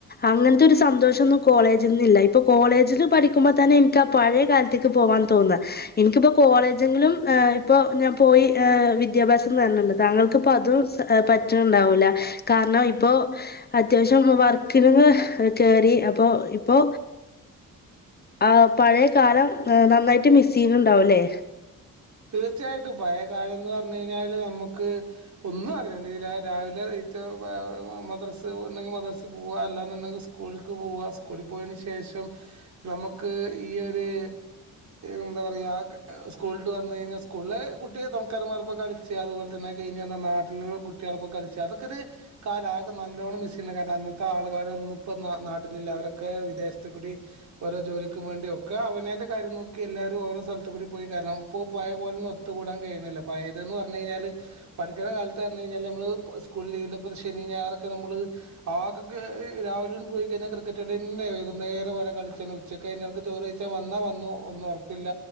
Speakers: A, on the left (about 30°); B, on the right (about 55°).
A: അങ്ങനത്തെ ഒരു സന്തോഷൊന്നും കോളേജിന്നില്ല ഇപ്പൊ കോളേജില് പഠിക്കുമ്പോ തന്നെ എനിക്ക് ആ പഴയ കാലത്ത്ക്ക് പോവാൻ തോന്ന ഇനിക്കിപ്പോ കോളേ ജ്ങ്ങിലും ഏഹ് ഇപ്പൊ ഞാൻ പോയി ഏഹ് വിദ്യാഭ്യാസം നേട്ണ് ണ്ട് താങ്ങൾക്ക്പ്പോ അതും ഏഹ് പറ്റ്ണ് ണ്ടാവൂല കാരണം ഇപ്പൊ അത്യാവശ്യം വർക്കിലെങ്ങെ കേറി. അപ്പൊ ഇപ്പോ ആ പഴയ കാലം ഏഹ് നന്നായിട്ട് മിസ്സിംഗ്ണ്ടാവുലേ?
B: തീർച്ചയായിട്ടും പഴയ കാലംന്ന് പറഞ്ഞ് കയ്ഞ്ഞാല് നമ്മുക്ക് ഒന്നും അറിയേണ്ടീല രാവിലെ നീച്ച മദ്രസ് ഇണ്ടെങ്കി മദ്രസി പോവ അല്ലാന്ന്ണ്ടെങ്കി സ്കൂള്ക്ക് പോവാ സ്കൂളി പോയയ്ന് ശേഷം നമുക്ക് ഈ ഒര് എന്താ പറയാ സ്കൂൾ ട്ട് വന്ന് കയ്ഞ്ഞാ സ്കൂളിലെ കുട്ടി തൊണക്കാരമ്മാരപ്പം കളിച്ചാ അതുപോലെ തന്നെ അഹ് കയ്ഞ് വന്നാ നാട്ടില് കുട്യോളപ്പം കളിച്ചാ അതൊക്കെ ഒര് കാലാ ആക്കെ നല്ലോണം മിസ്യ്യ്ണ് കാരണം അന്നത്തെ ആൾക്കാരൊന്നും ഇപ്പോ നാ നാട്ടിലില്ല അവരൊക്കെ വിദേശത്ത് കുടി ഓരോ ജോലിക്കും വേണ്ടി ഒക്കെ അവനേന്റെ കാര്യം നോക്കി എല്ലാരും ഓരോ സലത്ത് കൂടി പോയി കാരണം ഇപ്പൊ പയേ പോലൊന്നും ഒത്തുകൂടാൻ കഴിയ്ണില്ല. പയേത് ന്ന് പറഞ്ഞെയ്ഞ്ഞാല് പഠിക്ക്ണ കാലത്ത് പറഞ്ഞ് കയ്ഞ്ഞാല് നമ്മള് ഇപ്പാ സ്കൂൾ ലീവില്ലപ്പ ശനി ഞായറൊക്കെ നമ്മള് ആകെ ക്കെ രാവിലെ ആൺ പോയിക്കയ്ഞ്ഞാ ക്രിക്കറ്റ്കളിയെന്നെ വകുന്നേരം വരെ കളിച്ചന്നെ ഉച്ചക്ക് അയ്ൻ്റെടക്ക് ചോറെയ്ച്ചാൻ വന്നാ വന്നു ഒന്നും ഒറപ്പില്ല